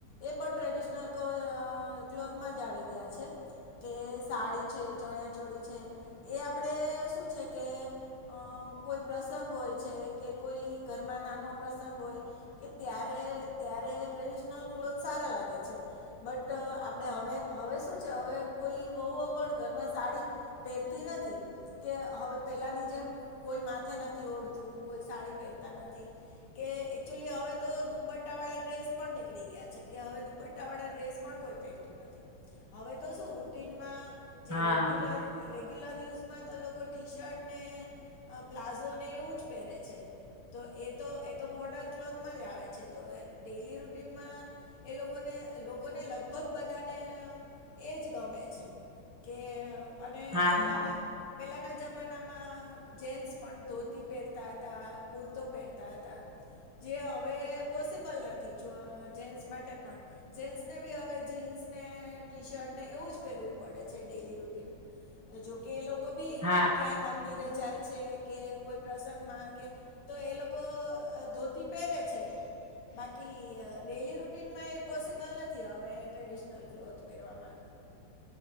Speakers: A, on the left (about 80°); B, on the right (about 20°).
A: એ પણ ટ્રેડિશનલ ક્લોથમાં જ આવી ગયા છે. કે સાડી છે, ચણ્યા ચોડી છે એ આપણે શું છે કે કોઈ પ્રસંગ હોય છે, કે કોઈ ઘરમાં નાનો પ્રસંગ હોય કે ત્યારે ત્યારે ટ્રેડિશનલ ક્લોથ સારા લાગે છે બટ આપણેે હવે હવે શું છે હવે કોઈ વહુઓ પણ ઘરમાં સાડી પહેરતી નથી કે હવે પેલાની જેમ કોઈ માથે નથી ઓડતું કોઈ સાડી પહેરતા નથી કે એકચુલી હવે તો દુપટ્ટા વાળા ડ્રેસ પણ નીકળી ગયા છે કે હવે દુપટ્ટા વાળા ડ્રેસ પણ કોઈ રહવે તો શું રૂટીન માં જે
B: હા
A: રેગ્યુલરત રેગ્યુલર યુઝમાં તો લોકો ટી શર્ટ ને પ્લાઝો ને એવું જ પહેરે છે તો એ તો એ તો મોર્ડર્ન ક્લોથમાં જ આવે છે તો ડેલી રૂટીનમાં એ લોકોને લોકોને લગભગ બધાને એ જ ગમે છે કે અને
B: હા
A: પેલાના પેલાના જમાનામાં જેન્ટ્સ પણ ધોતી પહેરતા હતા કુર્તો પહેરતા હતા જે હવે પોસિબલ નથી જેસ માટે પણ જેસ ને બી હવે જીન્સ ને ટી શર્ટને એવું જ પહેરવું પડે છે ડેઈલી રૂટીનમાં જોકે એ લોકો ભી
B: હા
A: ક્યાંય મંદિરે જાય છે કે કોઈ પ્રસંગમાં કે તો એ લોકો ધોતી પહેરે છે બાકી ડેલી રૂટીનમાં એ પોસિબલ નથી હવે ટ્રેડિશનલ ક્લોથ પહેરવામાં